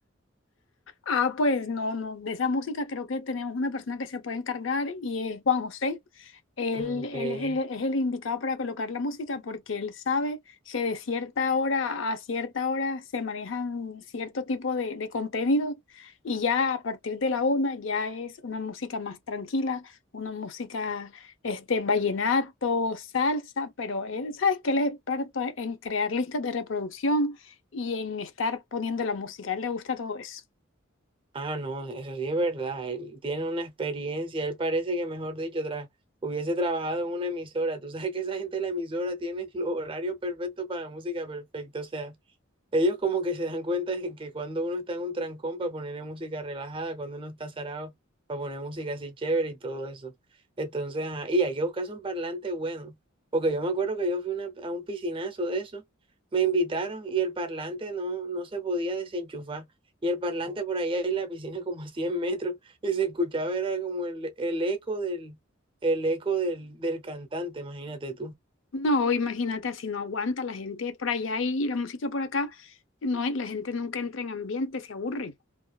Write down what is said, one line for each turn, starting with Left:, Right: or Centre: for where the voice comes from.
Left: Ah, pues no, no. De esa música creo que tenemos una persona que se puede encargar y es Juan José. Él,
Right: Okay.
Left: él es el, es el indicado para colocar la música porque él sabe que de cierta hora a cierta hora se manejan cierto tipo de, de contenido y ya a partir de la una ya es una música más tranquila, una música este, vallenato, salsa, pero él sabes que él es experto en crear listas de reproducción y en estar poniendo la música. A él le gusta todo eso.
Right: Ah, no, eso sí es verdad. Él tiene una experiencia, él parece que, mejor dicho, tra- hubiese trabajado en una emisora. Tú sabes que esa gente de la emisora tiene el horario perfecto para la música perfecta, o sea. Ellos como que se dan cuenta de que cuando uno está en un trancón para ponerle música relajada, cuando uno está zarado para poner música así chévere y todo eso. Entonces, ajá, y hay que buscarse un parlante bueno, porque yo me acuerdo que yo fui una- a un piscinazo de eso, me invitaron y el parlante no, no se podía desenchufar. Y el parlante por allá en la piscina <laughs> como a 100 metros y se escuchaba, era como el, el eco del, el eco del, del cantante, imagínate
Left: No, imagínate, así no aguanta la gente por allá y la música por acá, no, la gente nunca entra en ambiente, se aburre.